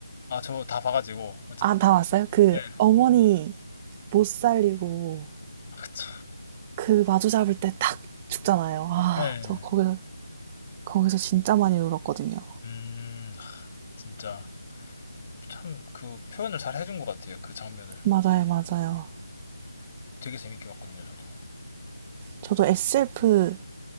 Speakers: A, on the left (about 30°); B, on the right (about 15°).
A: 아, 저 다 봐가지고 어쨌든.
B: 아, 다 왔어요? 그
A: 네.
B: 어머니 못 살리고
A: 아, 그쵸.
B: 그 마주 잡을 때 탁 죽잖아요. 아,
A: 네.
B: 저 거기서 거기서 진짜 많이 울었거든요.
A: 음, 아, 진짜 참 그 표현을 잘 해준 것 같아요. 그 장면을
B: 맞아요, 맞아요.
A: 되게 재밌게 봤거든요. 저도.
B: 저도 SF는